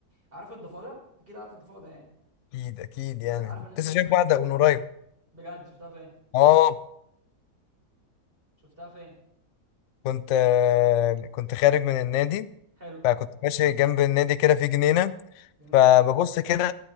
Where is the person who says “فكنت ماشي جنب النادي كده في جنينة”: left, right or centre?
Left